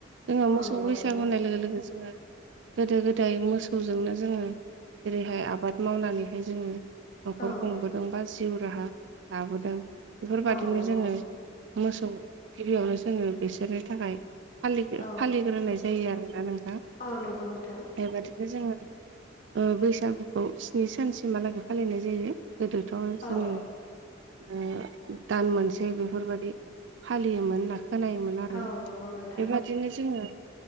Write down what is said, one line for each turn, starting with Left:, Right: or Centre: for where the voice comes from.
Right: जोङो मोसौ
Left: औ नंगौ
Right: बैसागु
Left: नोंथां
Right: होननाय लोगो लोगो जोङो गोदो गोदाय मोसौजोंनो जोङो जेरैहाय आबाद मावनानैहाय जोङो न'खर
Left: औ
Right: खुंबोदों बा जिउ राहा लाबोदों बेफोरबादिनो
Left: औ नंगौ
Right: जोङो मोसौ गिबियावनो जोङो बिसोरनि थाखाय फालि फालिग्रोनाय
Left: औ
Right: जायो आरोना नोंथां
Left: औ नंगौ नोंथां
Right: बेबादिनो जोङो ओ बैसागुखौ स्नि सानसिमहालागै फालिनाय जायो गोदोथ'
Left: औ
Right: जोङो ओ दान मोनसे बेफोरबायदि फालियोमोन ना खोनायोमोन आरो
Left: औ
Right: बेबायदि
Left: नंगौ नोंथां
Right: बिदिनो जोङो